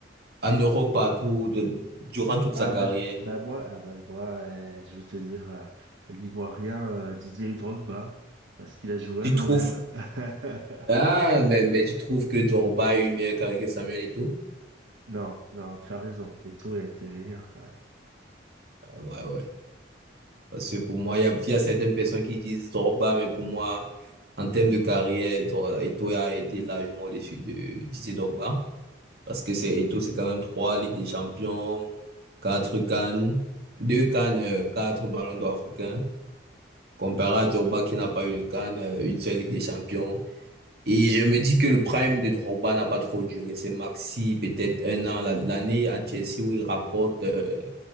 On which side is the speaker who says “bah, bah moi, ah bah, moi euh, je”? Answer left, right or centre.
Right